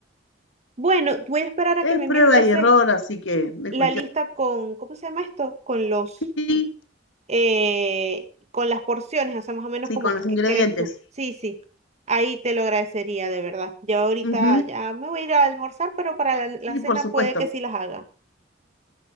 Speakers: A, on the right; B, on the left.
A: Bueno, voy a esperar a
B: Es
A: que me envíes
B: prueba
A: entonces
B: y error, así que me
A: la
B: cuestión.
A: lista con, ¿cómo se llama esto? Con los...
B: Sí,
A: eh, con las porciones, o sea, más o menos
B: sí,
A: como
B: con los
A: que, que
B: ingredientes.
A: crees tú. Sí, sí, ahí te lo agradecería de verdad. Yo ahorita
B: Ujú,
A: ya me voy a ir a almorzar, pero para la, la
B: Sí,
A: cena
B: por supuesto.
A: puede que sí las haga.